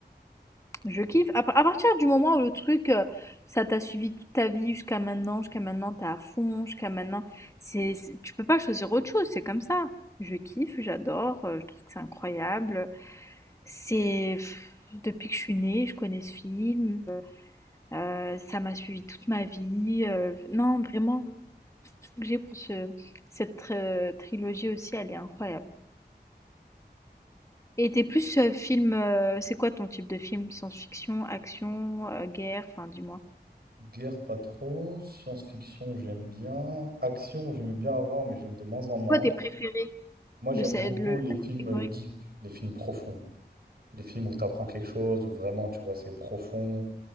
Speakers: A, on the right (about 65°); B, on the left (about 15°).
A: Potter.
B: Je kiffe. À, à partir du moment où le truc, euh, ça t'a suivi toute ta vie jusqu'à maintenant, jusqu'à maintenant, t'es à fond, jusqu'à maintenant, c'est, c'est- tu peux pas choisir autre chose, c'est comme ça. Je kiffe, j'adore, euh, je trouve que c'est incroyable. C'est... pff, Depuis que je suis née, je connais ce film, euh, ça m'a suivi toute ma vie. euh, non, vraiment, ce que j'ai pour ce, cette euh, trilogie aussi, elle est incroyable. Et t'es plus euh, film, euh, c'est quoi ton type de film? Science-fiction, action, euh, guerre, enfin dis-moi.
A: Guerre, pas trop. Science-fiction, j'aime bien. Action, j'aimais bien avant, mais j'aime de moins en moins.
B: Quoi tes préférés
A: Moi, j'aime
B: de cette
A: beaucoup
B: de
A: les
B: la
A: films
B: catégorie?
A: deep, les films profonds. Les films où tu apprends quelque chose, où vraiment, tu vois, c'est profond.